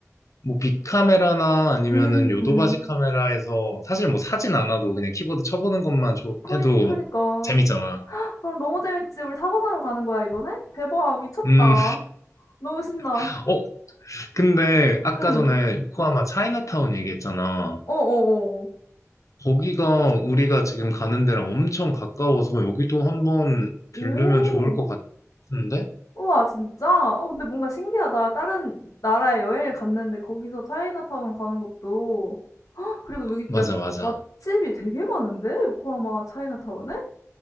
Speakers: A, on the left; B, on the left.
A: 뭐 빅카메라나 아니면은
B: 음.
A: 요도바지 카메라에서 사실 뭐 사진 않아도 그냥 키보드 쳐보는 것만 조-
B: 그니
A: 해도
B: 그니까.
A: 재밌잖아.
B: 그럼 너무 재밌지. 우리 타고나러 가는 거야 이번에? 대박 미쳤다.
A: 음,
B: 너무 신나.
A: <laughs> 어, 근데 아까
B: 응.
A: 전에 요코하마 차이나타운 얘기했잖아.
B: 어어어.
A: 거기가 우리가 지금 가는 데랑 엄청 가까워서 여기도 한번
B: 오.
A: 들르면 좋을 것 같은데?
B: 우와 진짜? 어 근데 뭔가 신기하다. 다른 나라에 여행을 갔는데 거기서 차이나타운 가는 것도 그리고 여기 몇
A: 맞아, 맞아.
B: 맛집이 되게 많은데? 요코하마 차이나타운에?